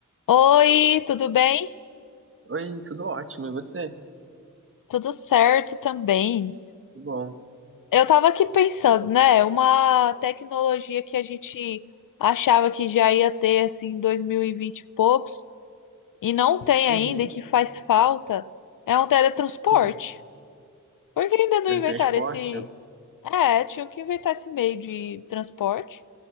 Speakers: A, on the left (about 80°); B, on the right (about 40°).
A: Oi, tudo bem?
B: Oi, tudo ótimo, e você?
A: Tudo certo também.
B: Tudo bom?
A: Eu tava aqui pensando, né? Uma tecnologia que a gente achava que já ia ter assim em 2020 e vinte e poucos e não tem
B: Uhum,
A: ainda e que faz falta é um teletransporte.
B: uhum.
A: Por que ainda não
B: Teletransporte?
A: inventaram esse? É, tinham que inventar esse meio de transporte.